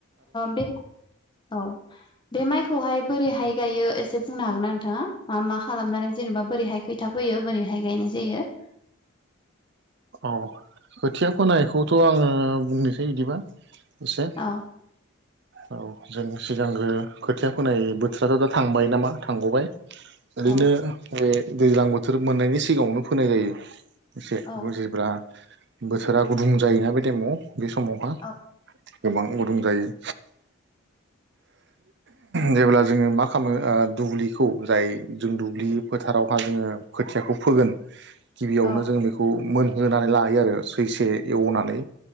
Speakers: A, on the left; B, on the right.
A: बे औ बे माइ खौहाय बोरैहाय गायो एसे बुंनो हागोन ना नोंथाङा मा - मा खालामनानै जेनेबा बोरैहाय खैथा फैयो बोरैहाय बेहाय गायनाय जायो
B: औ खोथिया फोनायखौथ' आङो बुंनोसै बिदिबा एसे
A: औ
B: औ। जों सिगांग्रो खोथिया खोनाय बोथोराथ' दा थांबाय नामा थांग'बाय। ओरैनो
A: औ
B: बे दैज्लां बोथोर मोननायनि सिगाङावनो फोनाय जायो एसे
A: औ
B: जेब्ला बोथोरा गुदुं जायोना बे टाइमाव बे समावहा
A: औ
B: गोबां गुदुं जायो।
A: <inaudible>
B: जेब्ला जोङो मा खालामो दुब्लिखौ जाय जों दुब्लि फोथारावहा जोङो खोथियाखौ फोगोन गिबियावनो
A: औ
B: जों बेखौ मोनहोनानै लायो आरो सैसे एवनानै